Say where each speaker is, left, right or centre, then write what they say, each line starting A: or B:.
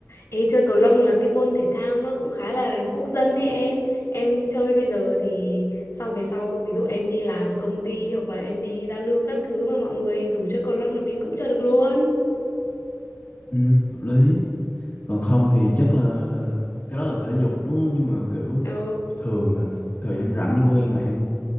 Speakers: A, on the left; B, on the left.
A: ê, chơi cầu lông là cái môn thể thao nó cũng khá là quốc dân ấy em em chơi bây giờ thì sau về sau ví dụ em đi làm công ty hoặc là em đi giao lưu các thứ mà mọi người rủ chơi cầu lông là mình cũng chơi được luôn
B: ừ, hợp lý còn không thì chắc là cái đó là thể dục đúng không nhưng mà kiểu
A: ờ
B: thường là th- thời gian rảnh của em là em